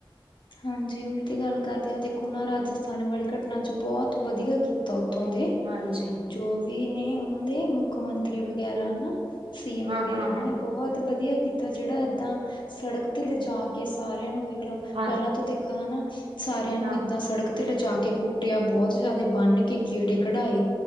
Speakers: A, on the left; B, on the right.
A: ਹਾਂਜੀ, ਉਹੀ ਤੇ ਗੱਲ ਕਰਦੇ ਆਂ ਦੇਖੋ ਨਾ, ਰਾਜਸਥਾਨ ਵਾਲੀ ਘਟਨਾ'ਚ ਬਹੁਤ ਵਧੀਆ ਕੀ ਤਾਂ ਉੱਥੋਂ ਦੇ,
B: ਹਾਂਜੀ
A: ਜੋ ਵੀ ਨੇਂ ਉਹਨਾਂ ਦੇ ਮੁੱਖ ਮੰਤਰੀ ਵਗੈਰਾ, ਹਨਾ। ਸੀ ਐਮ
B: ਹਾਂ
A: ਵਗੈਰਾ
B: ਹਾਂ
A: ਉਹਨਾਂ
B: ਹਾਂ
A: ਨੇਂ ਬਹੁਤ ਵਧੀਆ ਕੀਤਾ ਜਿਹੜਾ ਇੱਦਾਂ, ਸੜਕ ਤੇ ਲਿਜਾਕੇ ਸਾਰਿਆਂ ਨੂੰ ਦੇਖਲੋ
B: ਹਾਂ
A: ਨਾ ਤੇ ਦੇਖਾ ਹਨਾ, ਸਾਰਿਆਂ ਨੂੰ
B: ਹਾਂ
A: ਇਹਦਾਂ ਸੜਕ ਤੇ ਲਜਾਕੇ ਕੁੱਟਿਆ, ਬਹੁਤ ਜ਼ਿਆਦਾ ਬੰਨ੍ਹਕੇ ਗੇੜੇ ਕਢਾਏ,